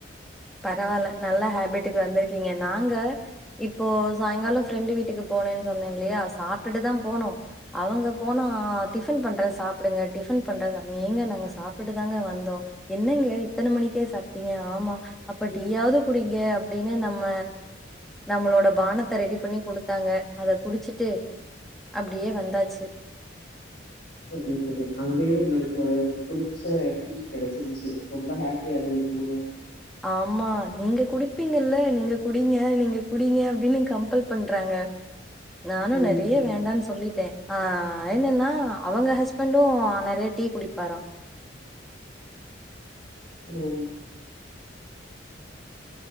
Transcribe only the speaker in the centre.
பரவாயில்ல நல்ல ஹேப்பிட்டுக்கு வந்திருக்கீங்க நாங்க இப்போ சாயங்காலம் ஃப்ரெண்டு் வீட்டுக்கு போனேன்னு சொன்னேன் இல்லையா சாப்பிட்டுட்டுதான் போனோம் அவங்க போனா டிஃபன் பண்ற சாப்பிடுங்க டிஃபன் பண்ற சாப்பி ஏங்க நாங்க சாப்பிட்டுட்டுதாங்க வந்தோம் என்னங்க இத்தனை மணிக்கே சாப்பிட்டீங்க ஆமா அப்படீயாவது
குடிங்க அப்படின்னு நம்ம நம்மளோட பானத்தை ரெடி பண்ணி குடுத்தாங்க அத குடிச்சுட்டு அப்படியே வந்தாச்சு
ஆமா நீங்க குடிப்பீங்கல்ல நீங்க குடிங்க நீங்க குடிங்க அப்டின்னு கம்பல் பண்றாங்க நானும்
நெறைய வேண்டான்னு சொல்லிட்டேன் ஆஹ் என்னன்னா அவங்க ஹஸ்பண்டும் நெறைய டீ குடிப்பாரம்